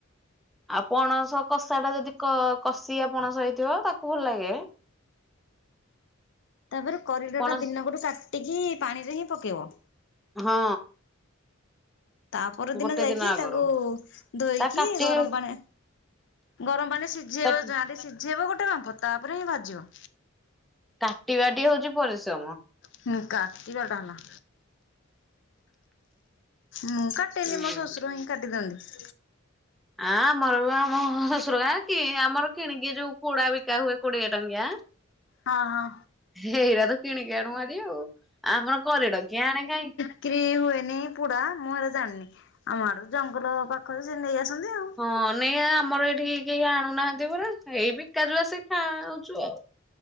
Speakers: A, in the centre; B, on the left (about 60°).
A: ଆଉ ପଣସ କଷାଟା ଯଦି କ କଷିଆ ପଣସ ହେଇଥିବ ତାକୁ ଭଲ ଲାଗେ।
B: ତାପରେ କରିଡଟା
A: ପଣସ
B: ଦିନ ଗୋଟେ କାଟିକି ପାଣିରେ ହିଁ ପକେଇବ।
A: ହଁ।
B: ତା ପର ଦିନ
A: ଗୋଟେ
B: ଯାଇକି
A: ଆଗରୁ
B: ତାକୁ ଧୋଇକି
A: ତା କାଟି
B: ଗରମ ପାଣି ଗରମ ପାଣିରେ ସିଝେଇବ
A: ତା
B: ଯାହେଲେ ସିଝେଇବ ଗୋଟେ ବାମ୍ଫ ତାପରେ ହିଁ ଭାଜିବ।
A: କାଟିବାଟି ହଉଚି ପରିଶ୍ରମ।
B: ହୁଁ କାଟିବାଟା ହେଲା ମୁଁ କାଟେନି
A: ହୁଁ
B: ମୋ ଶଶୁର ହିଁ କାଟି ଦିଅନ୍ତି।
A: ଆ ମଲା ମୋ ଶଶୁର ଗାଁ କି ଆମର କିଣିକି ଯୋଉ ପୁଡା ବିକା ହୁଏ କୋଡିଏ ଟଙ୍କିଆ
B: ହଁ ହଁ।
A: ହେଇରା ତ କିଣିକି ଆଣୁ ଭାରି ଆଉ ଆମର କରିଡ କିଏ ଆଣେ କାଇଁ।
B: ବିକ୍ରୀ ହୁଏନି ପୋଡା ମୁଁ ହେରା ଜାଣିନି ଆମ ଆଡ ଜଙ୍ଗଲ ପାଖରେ ସେ ନେଇ ଆସନ୍ତି ଆଉ।
A: ହଁ ନେଇ ଆ ଆମର ଏଇଠିକି କେହି ଆଣୁନାହାଁନ୍ତି ପରା ଏଇ ବିକା ଯୋଉ ଆସେ ଖାଉଛୁ ଆଉ।